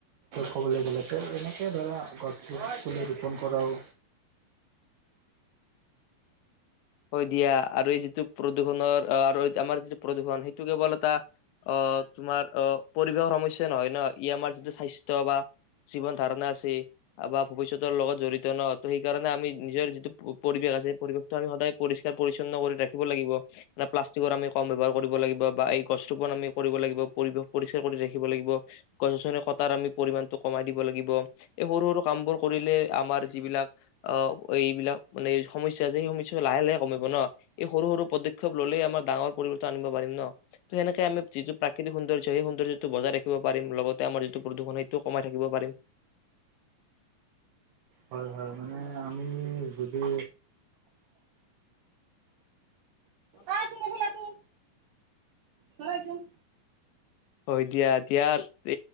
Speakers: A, on the right; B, on the left.
A: ক'বলৈ গ'লে। এনেকে ধৰা গছটো পুলি ৰোপণ কৰাও।
B: হয় দিয়া আৰু এই যিটো প্ৰদূৰ্ষনৰৰ আহ আৰু আমাৰ যিটো প্ৰদূৰ্ষণ সেইটো কেৱল এটা আহ তোমাৰ আহ পৰিৱেশৰ সমস্যা নহয়। ন ই আমাৰ যিটো স্বাস্থ্যয় বা জীৱন ধাৰণা আছে। বা ভৱিষ্যতৰ লগত জড়িত ন ত সেইকাৰণে আমি নিজৰ যিটো পৰিৱেশ আছে পৰিৱেশটো আমি সদায়। কৰি ৰাখিব লাগিব ন প্লাষ্টিকৰ আমি কম ব্যৱহাৰ কৰিব লাগিব। বা এই গছ ৰৰুপন আমি কৰিব লাগিব। পৰিৱেশ পৰিষ্কাৰ কৰি ৰাখিব লাগিব গছ গছনি কটাৰ আমি পৰিমাণটো কমাই দিব লাগিব। এই সৰু সৰু কাম বোৰ কৰিলে আমাৰ যিবিলাক আহ এইবিলাক মানে সমসস্যা আছে। সেই সমস্যা লাহে লাহে কমিব ন। এই সৰু সৰু পদক্ষেপ ললে আমাৰ ডাঙৰ পৰিৱৰ্তন আনিব পাৰিম। ন ত সেনেকে আমি যিটো প্ৰাকৃক সৌন্দৰ্য সেই সৌন্দৰ্যটো বজাই ৰাখিব পাৰিম লগতে আমাৰ যিটো প্ৰদূ্ষণ সেইটো কমাই থাকিব পাৰিম।
A: হয় হয় মানে আমি যদি।
B: <unintelligible>
A: অ চোন এইফালে চোন ধৰা এইচোন
B: হয় দিয়া ইয়াতে।